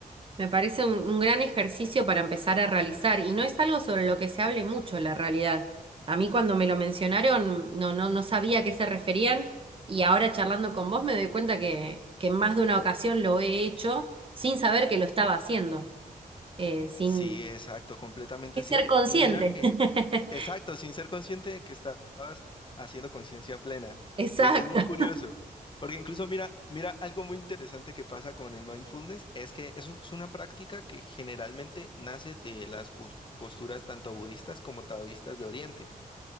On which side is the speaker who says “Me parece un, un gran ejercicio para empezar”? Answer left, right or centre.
Right